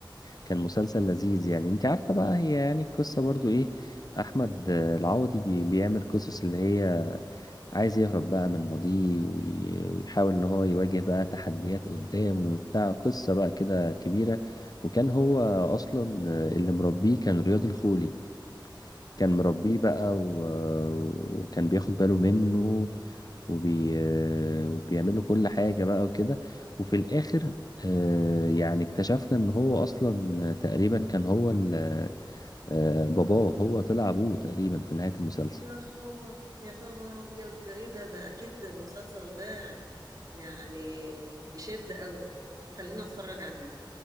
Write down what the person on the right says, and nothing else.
مم.
يا خبر يا خبر أبيض ده إيه ده ده أكيد المسلسل ده يعني بيشد أوي هتخليني أتفرج عليه